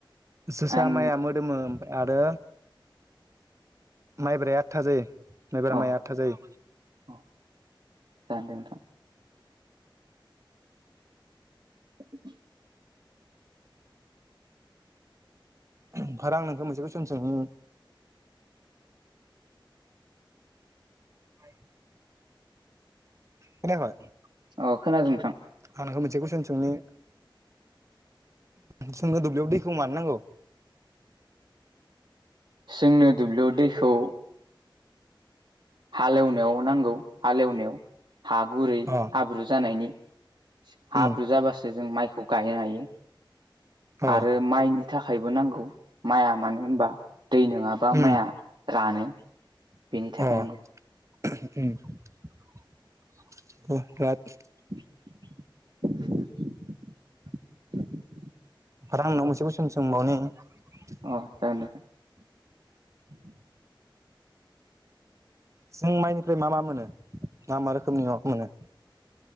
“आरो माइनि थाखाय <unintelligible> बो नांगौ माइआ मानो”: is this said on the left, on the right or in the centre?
Right